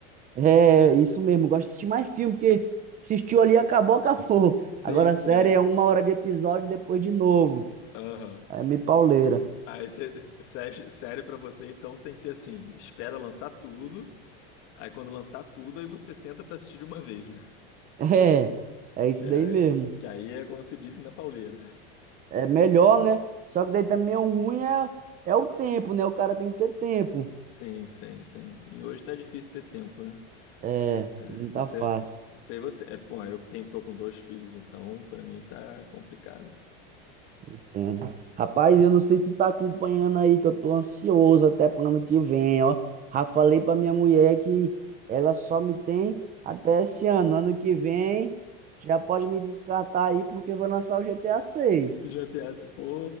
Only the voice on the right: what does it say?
É, isso mesmo. eu Gosto de assistir mais filme, porque assistiu ali, acabou, acabou.
Agora
a série é uma hora de episódio, depois de novo.
É meio pauleira. <laughs>
É, é isso
daí
mesmo.
É melhor, né? Só que daí também o ruim é, é o tempo, né? O cara tem que ter tempo.
É,
não tá
fácil.
Entendo. Rapaz, eu não sei se tu tá acompanhando aí, que eu tô ansioso até pro ano que vem, ó. Já falei pra minha mulher que ela só me tem até esse ano. Ano que vem já pode me descartar aí, porque vou lançar o GTA 6.